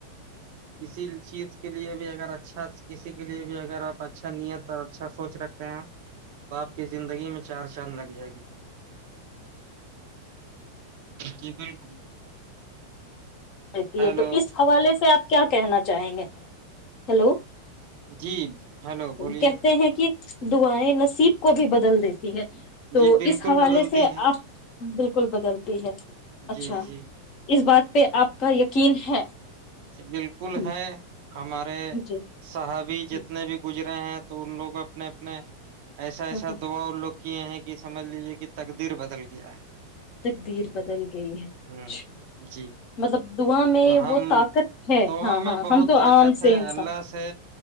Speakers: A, on the right; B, on the left.
A: کسی چیز کے لیے بھی اگر اچھا کسی کے لیے بھی اگر آپ اچھا نیت اور اچھا سوچ رکھتے ہیں تو آپ کی زندگی میں چار چاند لگ جائے گی جی بالکل
B: رہتی
A: ہیلو
B: ہے تو اس حوالے سے آپ کیا کہنا چاہیں گے ہیلو
A: جی ہیلو بولیے
B: کہتے ہیں کہ دعائیں نصیب کو بھی بدل دیتی ہے تو
A: جی بالکل
B: اس حوالے
A: بدلتی
B: سے
A: ہے
B: آپ بالکل بدلتی ہے
A: جی
B: اچھا
A: جی
B: اس بات پ آپ کا یقین ہے
A: بالکل
B: ہ
A: ہے ہمارے
B: جی
A: صحابی جتنے
B: ہ
A: بھی گجر رہے ہیں تو ان لوگ اپنے اپنے ایسا ایسا
B: ہ ہ
A: دعاؤ لوگ کیے ہیں کہ سمجھ لیجیے کہ تقدیر بدل گیا ہے
B: تقدیر بدل گئی ہے اچھا
A: ہ جی
B: مطلب دعا میں
A: تو ہم
B: وہ طاقت ہے
A: دعا
B: ہاں ہاں
A: میں بہت
B: ہم تو
A: طاقت
B: عام سے
A: ہے
B: انسان
A: اللہ سے